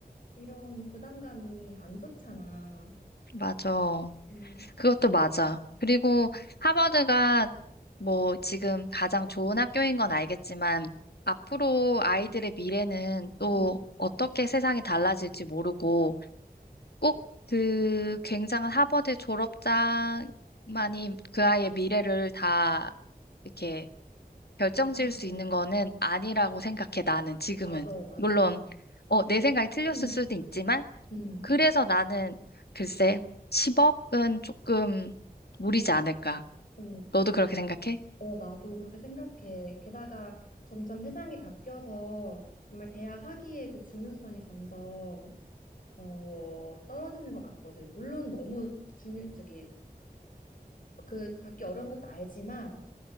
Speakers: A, on the left; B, on the left.
A: 이런 부담감이 안 좋잖아.
B: 맞아.
A: 음,
B: 그것도 맞아. 그리고 하버드가 뭐 지금 가장 좋은 학교인 건 알겠지만 앞으로 아이들의 미래는 또
A: 음,
B: 어떻게 세상이 달라질지 모르고 꼭 그 굉장한 하버드 졸업자만이 그 아이의 미래를 다 이렇게 결정
A: 아,
B: 지을
A: 맞아,
B: 수 있는 거는 아니라고 생각해, 나는 지금은.
A: 맞아. 맞아.
B: 물론, 어, 내 생각이 틀렸을
A: <clears throat>
B: 수도 있지만,
A: 음,
B: 그래서 나는 글쎄, 10억은 조금 무리지 않을까.
A: 어,
B: 너도 그렇게 생각해?
A: 어, 나도 그렇게 생각해. 게다가 점점 세상이 바뀌어서 정말 대학 학위의 그 중요성이 점점 어, 떨어지는 것 같거든. 물론 너무 중요, 저기 그 받기 어려운 것도 알지만